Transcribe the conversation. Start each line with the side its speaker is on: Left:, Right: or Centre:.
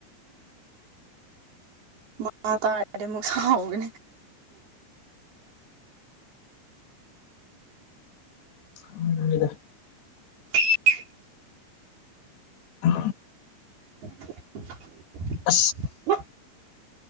Right: ꯃꯥ ꯇꯥꯔꯗꯤ ꯑꯃꯨꯛ ꯁꯍꯒꯅꯤ
Left: ꯎꯝ ꯏꯗ
Right: ꯎ
Left: ꯑ
Right: <inaudible>
Left: ꯑ
Right: ꯎ